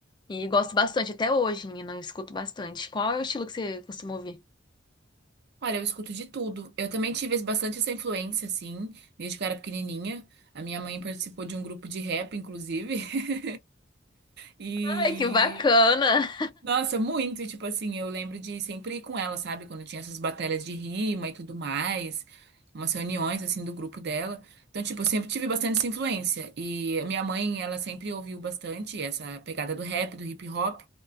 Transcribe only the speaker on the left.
E gosto bastante até hoje, menina, eu escuto bastante. Qual é o estilo que você costuma ouvir?
Ai, que bacana!